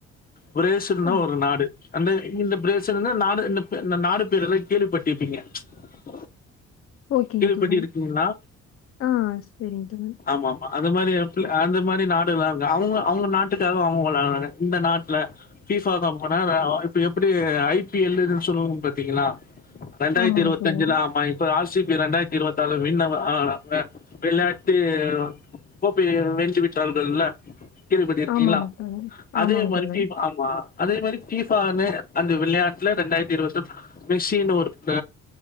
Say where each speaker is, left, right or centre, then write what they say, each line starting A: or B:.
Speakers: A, on the left; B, on the left.
A: பிரேசில்னா
B: ஆ
A: ஒரு நாடு அந்த இந்த பிரேசில்னா நாடு இந்த பெ இந்த நாடு பேர்ல்லா கேள்விப்பட்டிருப்பீங்க ச்
B: ஓகேங்க
A: கேள்விப்பட்டி
B: தோழன்.
A: இருக்கீங்ளா
B: ஆ சரிங்க தோழன்.
A: ஆமாமா அது மாரி எடத்துல அந்த இம் மாரி நாடெல்லா இருக்கு அவுங்க அவுங்க நாட்டுக்காக அவுங்க வெளாடுறாங்க இந்த நாட்ல ஃபீஸ் வாங்காம போனா நேஆவு இப்ப எப்டி ஐ பி எல் னு சொல்லுவாங்க பாத்தீங்கன்னா ரெண்டாயிரத்து
B: ஆமாங்க
A: இருவ
B: தோழன்.
A: தெஞ்சிலாமா இப்ப ஆசிப் இரண்டாயிரத்தி இருவத் ஆலு வின் அவ அ வெளாட்டு கோப்பை வென்றுவிட்டார்கள்ல கேள்வி பட்டிருக்கீங்ளா
B: ஆமாங்க தோழன்.
A: அதே
B: ஆமாங்க
A: மாரி
B: தோழன்.
A: டீம் ஆமா அதே மாரி பிசானு அந்த விளையாட்டுல ரெண்டாயிரத்தி இருபது மெஸின்னு ஒருத